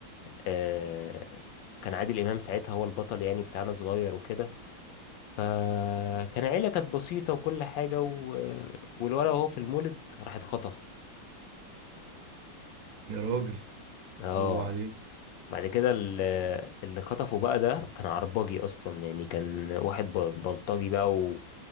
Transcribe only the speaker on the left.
آه، كان عادل إمام ساعتها هو البطل يعني بتاعنا صغير وكده فكان عيلة كانت بسيطة وكل حاجة و... والولد وهو في المولد راح اتخطف
اه
بعد كده ال- اللي خطفه بقى ده كان عرباجي أصلا يعني كان واحد ب- بلطجي بقى و...